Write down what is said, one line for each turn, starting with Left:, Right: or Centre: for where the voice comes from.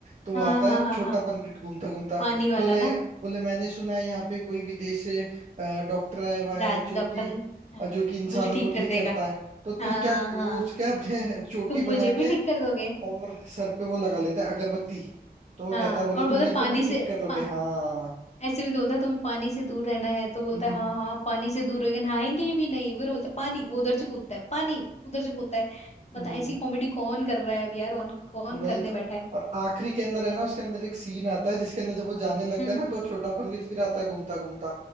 Right: तो वो
Left: हाँ
Right: आता
Left: हाँ
Right: है
Left: हाँ
Right: छोटा
Left: हाँ
Right: पंडित घूमता घूमता
Left: पानी वाला
Right: बोले
Left: ना
Right: बोले मैंने सुना है यहाँ पे कोई विदेश से डॉक्टर आया हुआ है
Left: राज
Right: जो
Left: डॉक्टर
Right: कि
Left: हाँ
Right: अ, जो कि इंसानों
Left: मुझे ठीक
Right: को
Left: कर
Right: ठीक
Left: देगा
Right: करता है तो तू
Left: हाँ
Right: क्या तो
Left: हाँ
Right: वो उसके अपने <laughs> चोटी
Left: तुम
Right: बना
Left: मुझे भी
Right: के
Left: ठीक कर दोगे
Right: और सर पे वो लगा लेता है अगरबत्ती तो वो
Left: हाँ
Right: कहता है बोले
Left: और
Right: तुम
Left: बोले
Right: मेरे
Left: पानी
Right: को भी
Left: से
Right: ठीक कर दोगे
Left: पा,
Right: हाँ
Left: ऐसे भी तो बोलता है तुम्हें पानी से दूर रहना है तो बोलता
Right: <laughs>
Left: है हाँ हाँ पानी से दूर रहेंगे नहाएंगे भी नहीं फिर बोलता है पानी वो उधर से कूदता है पानी उधर से कूदता है बता
Right: हम्म
Left: ऐसी कॉमेडी कौन कर रहा है अब यार कौन कौन
Right: वही
Left: करने
Right: तो
Left: बैठा है
Right: और आखिरी के अंदर है ना उसके अंदर एक सीन आता है जिसके अंदर जब वो जाने लगता
Left: हम्म
Right: है ना तो छोटा पंडित फिर आता है घूमता घूमता